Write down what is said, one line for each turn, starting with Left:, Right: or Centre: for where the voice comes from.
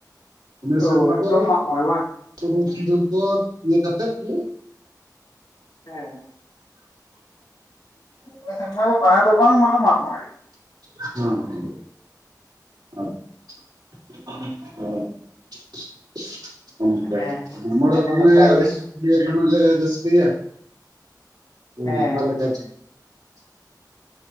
Right: ᱤᱱᱟᱹ ᱥᱮᱨᱢᱟ
Left: ᱚ ᱮᱠᱫᱚᱢ
Right: ᱫᱚ
Left: ᱢᱟᱜ ᱢᱚᱬᱮ ᱵᱟᱝ
Right: ᱥᱩᱱᱩᱢ ᱥᱤᱫᱩᱨ ᱠᱚ ᱤᱭᱟᱹ ᱠᱟᱛᱮᱜ ᱜᱮ <inaudible>
Left: ᱦᱮᱸ ᱱᱤᱭᱟᱹ ᱥᱮᱨᱢᱟ ᱫᱚ ᱵᱟᱦᱟ ᱫᱚ ᱵᱟᱝ ᱢᱟᱱᱮ ᱢᱟᱜ ᱢᱟᱬᱮ
Right: ᱦᱮᱸ ᱦᱮᱸ ᱚ <inaudible>
Left: ᱦᱮᱸ ᱚᱱᱟᱢᱟ
Right: ᱯᱮᱭᱟ
Left: ᱱᱟᱯᱟᱭ ᱜᱮ
Right: ᱚᱱᱠᱟᱞᱮ ᱪᱮ
Left: ᱦᱮᱸ